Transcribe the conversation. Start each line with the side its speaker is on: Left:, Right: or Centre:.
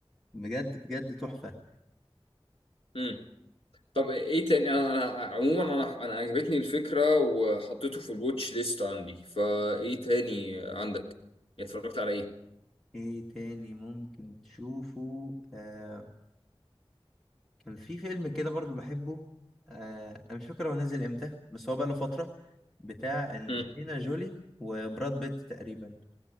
Centre: بجد بجد تحفة
Left: مم. طب ايه تاني انا انا عموما انا انا عجبتني الفكره وحطيته في الواتش ليست عندي فايه تاني عندك اتفرجت على ايه
Centre: ايه تاني ممكن تشوفه آه كان في فيلم كده برضو بحبه آه انا مش فاكر هو نزل امتى بس هو بقاله فترة بتاع انجلينا
Left: مم.
Centre: جولي وبراد بيت تقريبا